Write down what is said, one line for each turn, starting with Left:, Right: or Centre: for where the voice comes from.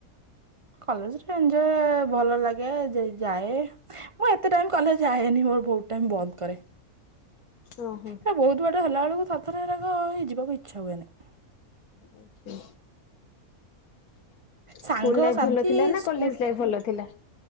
Right: କଲେଜରେ ଏଞ୍ଜୟ ଭଲ ଲାଗେ ଯାଏ। ମୁଁ ଏତେ ଟାଇମ କଲେଜ ଯାଏନି ମୋର ବହୁତ ଟାଇମ ବନ୍ଦ କରେ।
Left: ଓହୋ।
Right: ଏଟା ବହୁତ ବାଟ ହେଲାବେଳକୁ ଥରେ ଥରେ ହେରାକ ଯିବାକୁ ଇଚ୍ଛା ହୁଏନି।
Left: ଆଛା
Right: ସାଙ୍ଗ
Left: ସ୍କୁଲ ଲାଇଫ
Right: ସାଥି
Left: ଭଲ ଥିଲା ନା
Right: ସ୍କୁଲ
Left: କଲେଜ ଲାଇଫ୍ ଭଲ ଥିଲା?